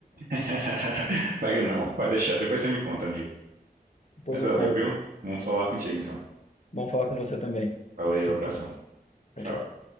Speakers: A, on the right; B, on the left.
A: <laughs> Vai não, vai deixar. Depois você me conta, amigo.
B: Depois
A: Mas valeu,
B: eu conto.
A: viu? Vamos falar contigo então.
B: Vamos falar com você também.
A: Valeu,
B: Se-
A: abração.
B: Tchau,
A: Tchau.
B: tchau.